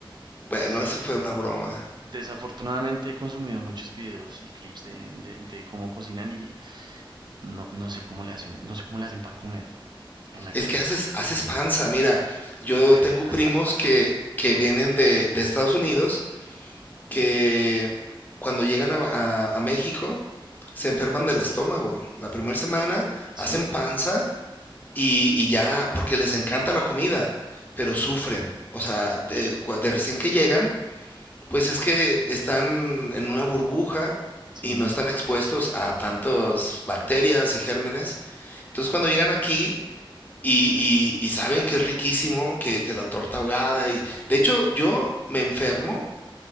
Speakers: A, on the left (about 20°); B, on the right (about 55°).
A: bueno,
B: sí.
A: eso fue una broma.
B: Desafortunadamente he consumido muchos videos y clips de, de, de cómo cocinan y no, no sé cómo le hacen, no sé cómo le hacen para comer en la calle.
A: Es que haces, haces panza, mira, yo
B: <laughs>
A: tengo primos que, que vienen de, de Estados Unidos que cuando llegan a, a- a México se enferman del estómago. La primera semana
B: Sí,
A: hacen panza y, y ya, porque les encanta la comida, pero sufren. O sea, de, cua- de recién que llegan, pues es que están en una burbuja
B: sí,
A: y no están expuestos a tantas bacterias y gérmenes. Entonces cuando llegan aquí... Y, y- y saben que es riquísimo, que, que la torta ahogada y de hecho yo me enfermo